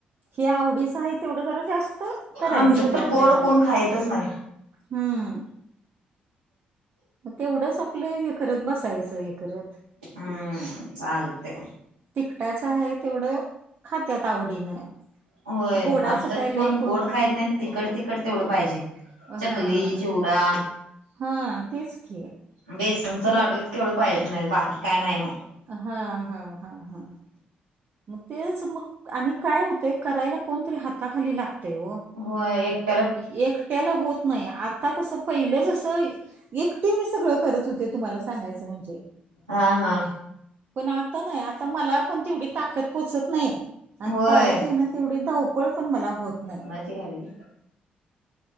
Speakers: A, on the right; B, on the right.
A: हे आवडीचं आहे तेवढं जरा जास्त करायचं
B: आमच्यात तर
A: घरातल्या
B: गोड
A: घरात,
B: कोण खायतच नाही.
A: हम्म मग तेवढंच आपलं हे करत बसायचं हे करत.
B: हम्म, चालतय.
A: तिकटाचं हाय तेवढं खात्यात आवडीनं.
B: व्हय,
A: गोडाचं
B: आमच्यात
A: काय
B: कोण
A: लय
B: गोड खायीत नाय,
A: खायत
B: तिखट
A: नाहीत,
B: तिखट तेवढं पाहिजे
A: पाहिजे.
B: चकली,
A: हा
B: चिवडा
A: हा, तेच की
B: बेसनचा
A: मग
B: लाडू
A: कसं
B: एक तेवढं पाहिजे नाय तर बाकी काय नाही मग.
A: हा हा हा हं तेच मग आणि काय होतंय करायला कोणतरी हाताखाली लागतय ओ.
B: व्हय, एक
A: एकट्याला होत नाही, आता कसं पहिलं जसं एकटी मी सगळं करत हू ते तुम्हाला सांगायच म्हणजे
B: हा हा
A: पण आता नाय, आता मला पण तेवढी ताकद पोचत नाय, अन
B: होय.
A: पायाच्या ह्यान तेवढी धावपळ पण मला होत नाही.
B: कोणाच्या गावी?